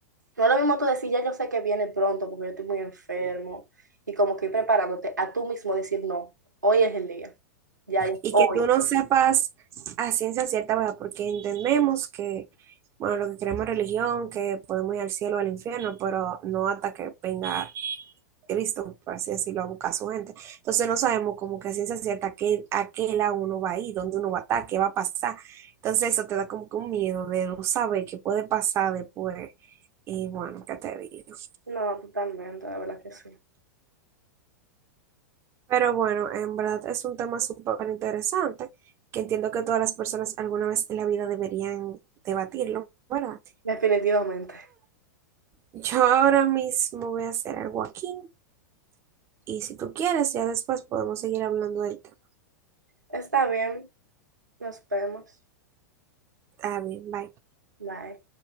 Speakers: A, on the right; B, on the right.
A: No es lo mismo tú decir, ya yo sé que viene pronto porque yo estoy muy enfermo y como que ir preparándote a tú mismo decir, no, hoy es el día, ya,
B: Y
A: hoy.
B: que tú no sepas a ciencia cierta, ¿verdad? Porque entendemos que, bueno, lo que queremos es religión, que podemos ir al cielo o al infierno, pero no hasta que venga Cristo, por así decirlo, a buscar a su gente. Entonces no sabemos como que a ciencia cierta a qué, a qué lado uno va a ir, dónde uno va a estar, qué va a pasar. Entonces eso te da como que un miedo de no saber qué puede pasar después. Y bueno, ¿qué te digo?
A: No, totalmente, de verdad que sí.
B: Pero bueno, en verdad es un tema súper interesante que entiendo que todas las personas alguna vez en la vida deberían debatirlo, ¿verdad?
A: Definitivamente.
B: Yo ahora mismo voy a hacer algo aquí y si tú quieres, ya después podemos seguir hablando del tema.
A: Está bien, nos vemos.
B: Está bien, bye.
A: Bye.